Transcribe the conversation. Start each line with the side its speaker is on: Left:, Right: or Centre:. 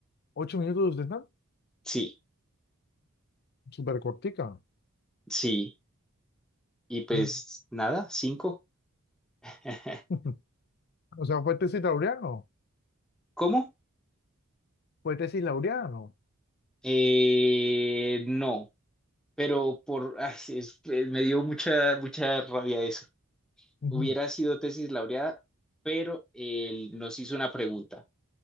Left: Ocho minutos de stand,
Centre: Sí,
Left: súper cortica.
Centre: sí. Y pues
Left: Mm.
Centre: nada, cinco. <laughs>
Left: <laughs> O sea, fue tesis laureano,
Centre: ¿Cómo?
Left: fue tesis laureano.
Centre: Eh, no, pero por, ay, es- me dio mucha, mucha rabia eso.
Left: Ujú,
Centre: hubiera sido tesis laureada, pero él nos hizo una pregunta.